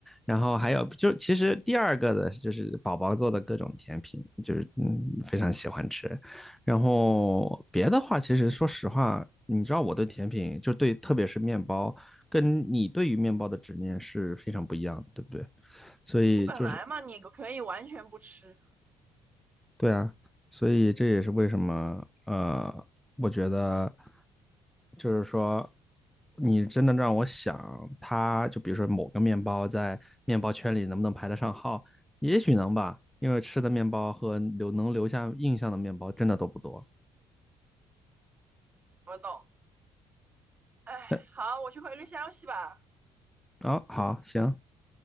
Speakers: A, in the centre; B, on the right.
A: 然后还有就其实第二个的就是宝宝做的各种甜品，就是嗯非常喜欢吃，然后别的话其实说实话，你知道我对甜品就对特别是面包，跟你对于面包的执念是非常不一样的，对不对？所以就是
B: 你本来嘛，你可以完全不吃。
A: 对啊，所以这也是为什么，呃，我觉得就是说，你真的让我想，它就比如说某个面包在面包圈里能不能排得上号，也许能吧，因为吃的面包和留能留下印象的面包真的都不多。
B: 我懂。哎，
A: <laughs>
B: 好，我去回个消息吧。
A: 好，好，行，